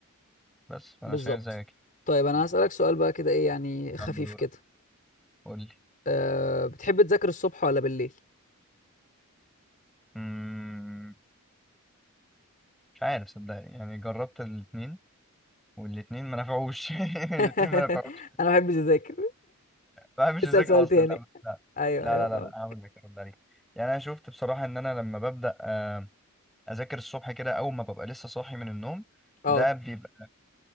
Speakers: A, in the centre; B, on the left.
A: بس فانا
B: بالظبط
A: شايف زيك
B: طيب انا
A: يعني
B: هسألك سؤال بقى كده ايه يعني خفيف
A: يلا دورك
B: كده
A: قول لي
B: أه بتحب تذاكر الصبح ولا بالليل
A: مم، مش عارف صدقني يعني جربت الاثنين والاثنين ما نفعوش <laughs>
B: <laughs>
A: الاثنين
B: انا
A: ما نفعوش
B: ما بحبش اذاكر
A: ما بحبش
B: اسال
A: اذاكر
B: سؤال
A: اصلا
B: تاني
A: لا لا
B: ايوه ايوه
A: لا لا لا
B: فاهم
A: لا، هقول لك هرد عليك يعني انا شفت بصراحه ان انا لما ببدا آه، اذاكر الصبح كده اول ما ببقى لسه صاحي من النوم
B: اه
A: ده بيبقى